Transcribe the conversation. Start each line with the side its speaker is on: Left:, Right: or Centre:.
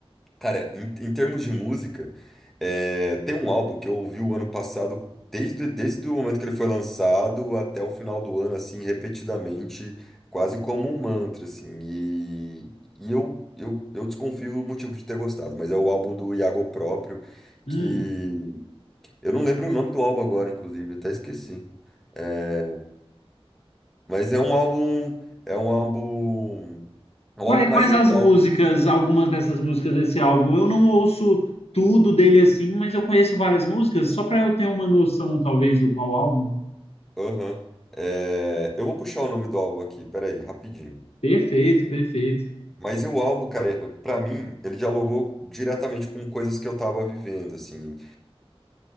Centre: cara, em, em termos de música, é, tem um álbum que eu ouvi o ano passado, desde, desde o momento que ele foi lançado até o final do ano, assim, repetidamente, quase como um mantra, assim, e, e eu, eu, eu desconfio o motivo de ter gostado, mas é o álbum do Iago Próprio,
Left: Hum.
Centre: que eu não lembro o nome do álbum agora, inclusive, até esqueci. É, mas é um álbum, é um álbum, é
Left: Quais,
Centre: um álbum mais
Left: quais
Centre: atual.
Left: as músicas,
Centre: do-
Left: algumas dessas músicas desse álbum? Eu não ouço tudo dele assim, mas eu conheço várias músicas, só para eu ter uma noção, talvez, do qual álbum.
Centre: Aham. É, eu vou puxar o nome do álbum aqui, peraí, rapidinho.
Left: Perfeito, perfeito.
Centre: Mas o álbum, cara, é- pra mim, ele dialogou diretamente com coisas que eu tava vivendo, assim.